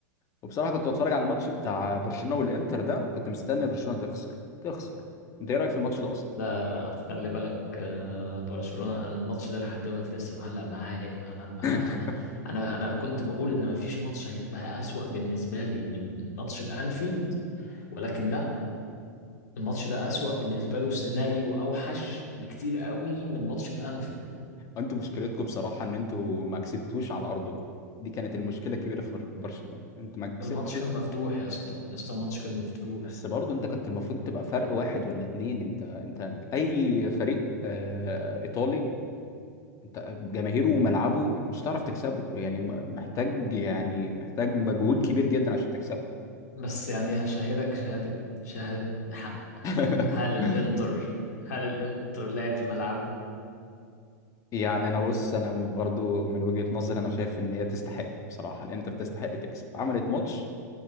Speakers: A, on the left; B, on the left.
A: وبصراحه كنت بتفرج على الماتش بتاع برشلونه والانتر ده وكنت مستني برشلونه تخسر تخسر انت ايه رايك في الماتش ده اصلا
B: لا لا خلي بالك آه، برشلونة انا الماتش ده لحد دلوقتي لسه معلق معايا انا انا
A: <laughs>
B: انا انا انا كنت بقول ان مفيش ماتش هيبقى اسوأ بالنسبة لي من ماتش الانفيلد ولكن لا الماتش ده أسوأ بالنسبة له سيناريو أوحش بكتير قوي من ماتش الأنفيلد
A: انتوا مشكلتكم بصراحة ان انتوا ما كسبتوش على ارضكم دي كانت المشكلة الكبيرة في برشلونة انتوا ما كسبتش
B: الماتش كان مفتوح يا اسطى يا اسطى الماتش كان مفتوح
A: بس برضه انت كنت المفروض تبقى فرق واحد ولا اتنين انت انت اي فريق آه ايطالي انت جماهيره وملعبه مش هتعرف تكسبه يعني محتاج يعني محتاج مجهود كبير جدا عشان تكسبه
B: بس يعني هشهدك شهادة شهادة حق
A: <laughs>
B: هل الإنتر هل الإنتر لعب في ملعبه
A: يعني انا بص انا برضو من وجهة نظري انا شايف ان هي تستحق بصراحة الانتر تستحق تكسب عملت ماتش